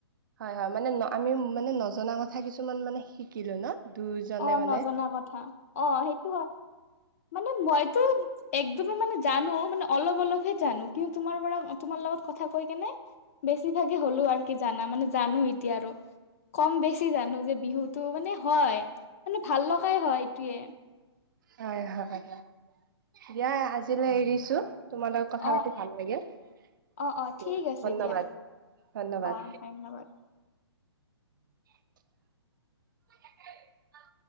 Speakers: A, on the right; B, on the left.
A: হয় হয় মানে আমি মানে নজনা কথা কিছুমান মানে শিকিলো ন দুইজনে
B: অ
A: মানে।
B: নজনা কথা। অ সেইটো হয় মানে মইতো। একদমেই মানে জানো মানে অলপ অলপহে জানো কিন্তু তোমাৰ পৰা তোমাৰ লগত কথা কৈ কেনে। বেছিভাগে হ'লো আৰু কি জানা মানে জানো এতিয়া আৰু। কম বেছি জানো যে বিহুটো মানে হয় মানে ভাল লগাই হয় এইটোৱে।
A: হয় হয় হয় দিয়া আজিলৈ এৰিছো। তোমাৰ লগত কথা
B: অ
A: পাতি ভাল লাগিল।
B: অ অ
A: দিয়া
B: ঠিক আছে
A: ধন্যবাদ
B: দিয়া
A: ধন্যবাদ
B: অ ধন্যবাদ।
A: <unintelligible> <unintelligible>